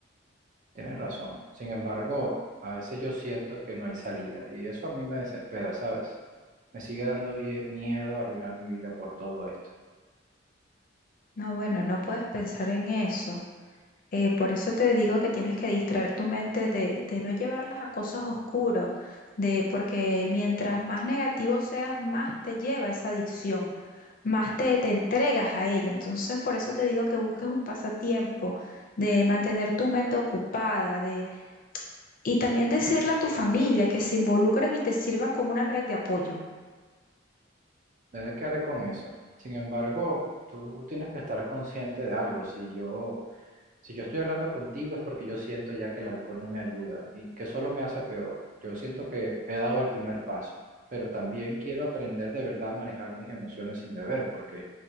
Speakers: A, on the right; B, on the left.
A: Tienes razón. Sin embargo, a veces yo siento que no hay salida y eso a mí me desespera, ¿sabes? Me sigue dando vie- miedo arruinar mi vida por todo esto.
B: No, bueno, no puedes pensar en eso. Eh, por eso te digo que tienes que distraer tu mente de, de no llevarlas a cosas oscuras, de porque mientras más negativo seas, más te lleva esa adicción, más te, te entregas a ella. Entonces, por eso te digo que busques un pasatiempo, de mantener tu mente ocupada, de, y también decirle a tu familia que se involucren y te sirvan como una red de apoyo.
A: Verá qué haré con eso. Sin embargo, tú tienes que estar consciente de algo. Si yo, si yo estoy hablando contigo es porque yo siento ya que el alcohol no me ayuda y que solo me hace peor. Yo siento que he dado el primer paso, pero también quiero aprender de verdad a manejar mis emociones sin beber, porque